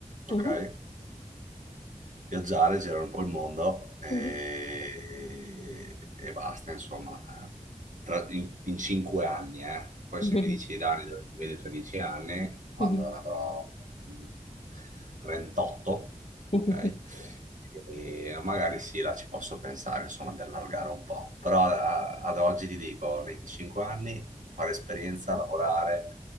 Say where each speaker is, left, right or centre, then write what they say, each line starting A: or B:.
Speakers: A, on the right; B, on the left.
A: ok?
B: Mhm.
A: viaggiare, girare un po' il mondo e,
B: Mhm.
A: e basta, insomma, eh. Tra- in, in cinque anni, eh. Poi
B: Mhm.
A: se mi dici Dani dove ti vedi tra dieci anni, quando
B: Mhm.
A: ne avrò mh, 38, ok?
B: Mhm.
A: E magari sì, là ci posso pensare, insomma, di allargare un po', però a- ad oggi ti dico, nei cinque anni fare esperienza, lavorare